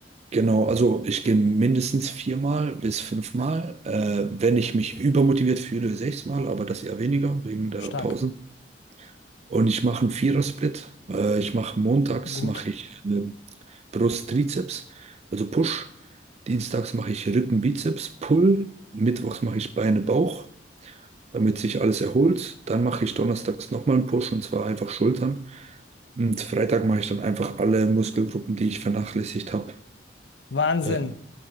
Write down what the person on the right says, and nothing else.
genau. Also ich gehe mindestens viermal bis fünfmal. Äh, wenn ich mich übermotiviert fühle, sechsmal, aber das eher weniger wegen der
Pausen. Und ich mache einen Vierer-Split. Äh, ich mache montags
mache ich ähm, Brust, Trizeps, also Push. Dienstags mache ich Rücken, Bizeps, Pull. Mittwochs mache ich Beine, Bauch, damit sich alles erholt. Dann mache ich donnerstags nochmal einen Push und zwar einfach Schultern. Und Freitag mache ich dann einfach alle Muskelgruppen, die ich vernachlässigt habe.
Äh,